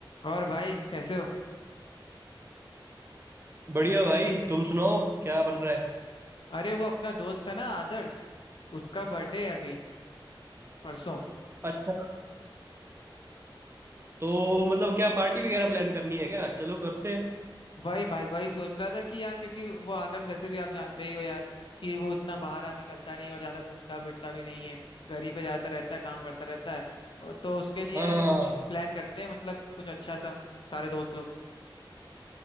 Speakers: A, on the left; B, on the right.
A: और भाई कैसे हो
B: बढ़िया भाई तुम सुनाओ क्या बन रहा है
A: अरे वो अपना दोस्त था ना आदर्श उसका बर्थडे है अभी परसों
B: अच्छा तो मतलब क्या पार्टी वगैरह प्लान करनी है क्या चलो करते हैं
A: वही भाई वही सोच रहा था कि यार क्योंकि वो आदर्श वैसे भी आप जानते ही हो यार कि वो इतना बाहर आ निकलता नहीं और ज्यादा घूमता फिरता भी नहीं है घर ही पे जाता रहता है काम करता रहता है और तो उसके लिए
B: हाँ हाँ
A: कुछ प्लान करते हैं मतलब कुछ अच्छा सा सारे दोस्त लोग